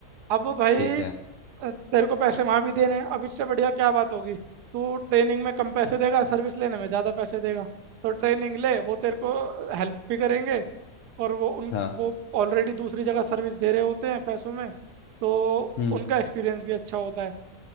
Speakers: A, on the right (about 80°); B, on the left (about 65°).
A: अब भाई
B: ठीक है
A: अ, तेरे को पैसे वहाँ भी देने हैं। अब इससे बढ़िया क्या बात होगी तू ट्रेनिंग में कम पैसे देगा सर्विस लेने में ज़्यादा पैसे देगा तो ट्रेनिंग ले वो तेरे को हेल्प भी करेंगे और वो उन
B: हाँ
A: वो ऑलरेडी दूसरी जगह सर्विस दे रहे होते हैं पैसों में तो
B: हम्म
A: उनका एक्सपीरियंस भी अच्छा होता है